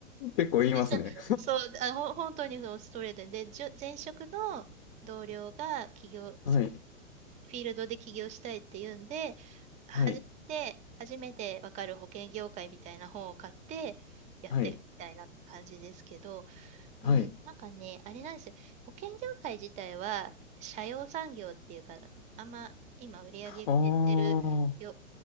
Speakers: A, on the left; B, on the right.
A: 結構言いますね。
B: 前職、そう、あ、ほ本当にそのストレートで、で、じょ前職の同僚が起業、
A: <laughs> はい、
B: そこ、フィールドで起業したいって言うんで、初めて、
A: はい、
B: 初めてわかる保険業界みたいな本を買ってやってるみたいな感じですけど、
A: はい、はい。
B: うん、なんかね、あれなんですよ。保険業界自体は、社用産業っていうか、あんま今売り上げ減ってる業、
A: ああ、